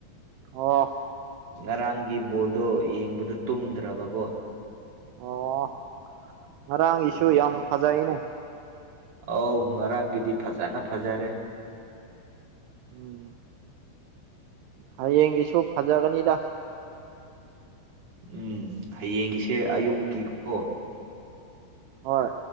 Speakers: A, on the right; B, on the right.
A: ꯑꯣ
B: ꯉꯔꯥꯡꯒꯤ ꯕꯣꯜꯗꯣ ꯌꯦꯡꯕꯗꯣ ꯇꯨꯝꯗ꯭ꯔꯕꯀꯣ
A: ꯑꯣ ꯉꯔꯥꯡꯒꯤꯁꯨ
B: ꯑꯗꯨꯒꯤ
A: ꯌꯥꯝ ꯐꯖꯩꯅꯦ
B: ꯑꯧ ꯉꯔꯥꯡꯒꯤꯗꯤ ꯐꯖꯅ ꯐꯖꯔꯦ
A: ꯎꯝ ꯍꯌꯦꯡꯒꯤꯁꯨ ꯐꯖꯒꯅꯤꯗ
B: ꯎꯝ ꯍꯌꯦꯡꯒꯤꯁꯦ ꯑꯌꯨꯛꯀꯤ ꯀꯣ
A: ꯍꯣꯏ